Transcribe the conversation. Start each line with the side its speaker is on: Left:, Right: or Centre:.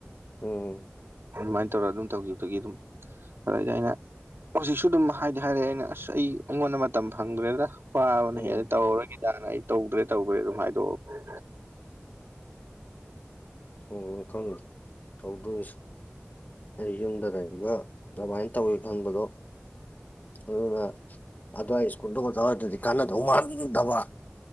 Left: ꯎꯝ
Right: ꯑꯗꯨꯃꯥꯢꯅ ꯇꯧꯔꯒ ꯑꯗꯨꯝ ꯇꯧꯈ꯫ꯇꯧꯒꯤꯕꯈꯤꯕꯒꯤ ꯑꯗꯨꯝ ꯑꯗꯨꯗꯩꯗꯤ ꯑꯩꯅ ꯍꯧꯖꯤꯛꯁꯨ ꯑꯗꯨꯝ ꯍꯥꯢꯗꯤ ꯍꯥꯢꯔꯦ ꯑꯩꯅ ꯑꯁ ꯑꯩ ꯑꯩꯉꯣꯟꯗ ꯃꯇꯝ ꯐꯪꯗ꯭ꯔꯦꯗ ꯋꯥꯥꯕꯅ
Left: ꯎꯝ
Right: ꯍꯦꯜꯂꯦ ꯇꯧꯔꯔꯣꯢꯒꯦꯗꯥꯅ ꯑꯩ ꯇꯧꯗ꯭ꯔꯦ ꯇꯧꯗ꯭ꯔꯦ ꯑꯗꯨꯝ ꯍꯥꯢꯗꯣꯛꯑꯕ
Left: ꯑꯣ ꯈꯪꯗ꯭ꯔꯦ ꯇꯧꯗꯣꯔꯤꯁꯦ ꯑꯩ ꯌꯨꯝꯗ ꯂꯩꯕꯒ ꯑꯗꯨꯃꯥꯢꯅ ꯇꯧꯒꯦ ꯈꯪꯕꯗꯣ ꯑꯗꯨꯅ ꯑꯗꯨꯋꯥꯢ ꯁ꯭ꯀꯨꯜꯗ ꯑꯣꯖꯥ ꯑꯣꯏꯗꯗꯤ ꯀꯥꯟꯅꯗꯧ ꯃꯥꯟꯗꯕ